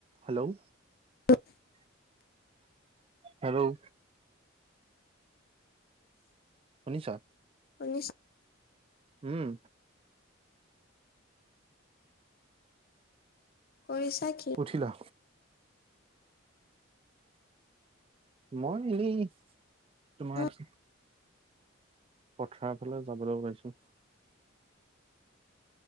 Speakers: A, on the right (about 30°); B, on the left (about 45°).
A: Hello
B: <unintelligible>
A: hello শুনিছা
B: শুনিছো
A: উম
B: কৰিছা কি
A: উঠিলা মই এই তোমাৰ
B: উম,
A: পথাৰ ফালে যাবলৈ ওলাইছো